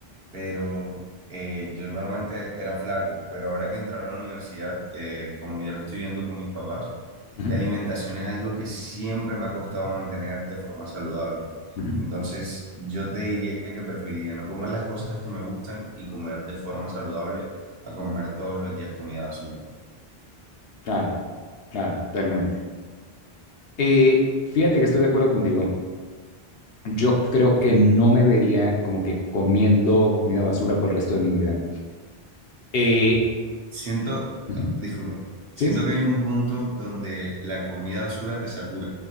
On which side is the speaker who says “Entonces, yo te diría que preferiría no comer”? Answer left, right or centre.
Right